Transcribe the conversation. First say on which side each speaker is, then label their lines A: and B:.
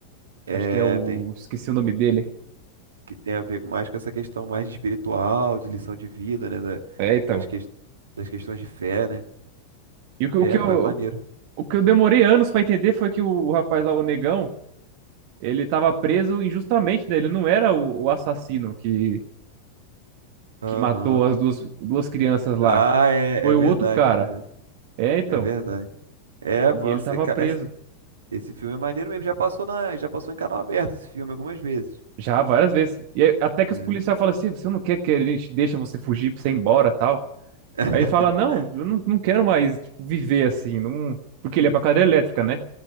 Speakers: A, on the right; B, on the right.
A: É,
B: acho que é o.
A: tem.
B: Esqueci o nome dele.
A: Que tem a ver mais com essa questão mais de espiritual, de lição de vida, né? da-
B: É, então.
A: das, ques- das questões de fé, né?
B: E o, que-
A: É,
B: o que eu,
A: pô, é maneiro.
B: o que eu demorei anos pra entender foi que o, o rapaz lá, o negão, ele tava preso injustamente, né? Ele não era o, o assassino que,
A: Aham.
B: que matou as duas, duas crianças lá.
A: Ah, é,
B: Foi
A: é
B: o
A: verdade,
B: outro cara.
A: é verdade.
B: É, então.
A: É verdade. É,
B: E
A: pô,
B: ele tava
A: é, ca-
B: preso.
A: é- Esse filme é maneiro mesmo. Já passou na, já passou em canal aberto esse filme algumas vezes.
B: Já várias vezes. E aí, até que
A: É.
B: os policiais falam assim: você não quer que a gente deixa você fugir pra você ir embora tal?
A: <laughs>
B: Aí ele fala, não, eu não, não quero mais, tipo, viver assim, não... porque ele é pra cadeira elétrica, né?